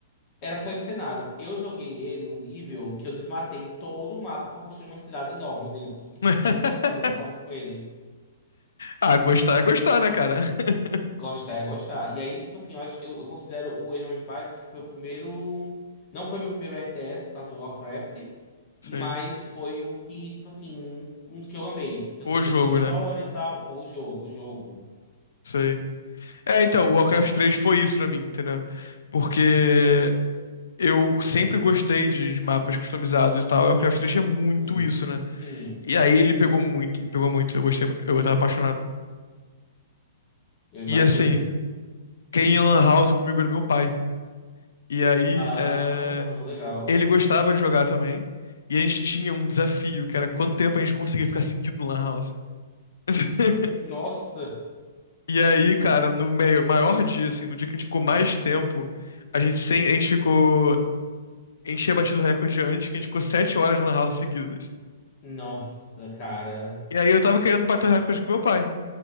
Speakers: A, on the left; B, on the left.
A: Era só esse cenário. Eu joguei ele em um nível que eu desmatei todo o mapa pra construir uma cidade enorme dentro. Tipo
B: <laughs>
A: assim, eu não tinha o que fazer, só tava com ele.
B: Ah, gostar é gostar, né, cara? <laughs>
A: Gostar é gostar. E aí, tipo assim, eu, acho, eu, eu considero o Age of Empires que foi o primeiro. Não foi meu primeiro RTS por causa do Warcraft,
B: Sim.
A: mas foi o que, tipo assim, um, um do que eu amei. Porque eu
B: O
A: sempre
B: jogo,
A: gostei de história
B: né?
A: e tal. Foi o jogo, o jogo.
B: Sei. É, então, o Warcraft três foi isso pra mim, entendeu? Porque eu sempre gostei de, de mapas customizados e tal. O Warcraft três é muito
A: Uhum.
B: isso, né?
A: Sim,
B: E
A: sim.
B: aí ele pegou muito, me pegou muito. Eu gostei, mu- eu tava apaixonado.
A: Eu imagino.
B: E assim, quem ia na Lan House comigo era meu pai. E aí,
A: Ah,
B: é,
A: legal.
B: ele gostava de jogar também. E a gente tinha um desafio, que era quanto tempo a gente conseguia ficar seguido no Lan House. <laughs>
A: Nossa,
B: E aí, cara, no meio- maior dia, assim, no dia que a gente ficou mais tempo, a gente sem, a gente ficou, a gente tinha batido o recorde antes, que a gente ficou sete horas na lan house seguidas.
A: nossa, cara.
B: E aí eu tava querendo bater o recorde com meu pai.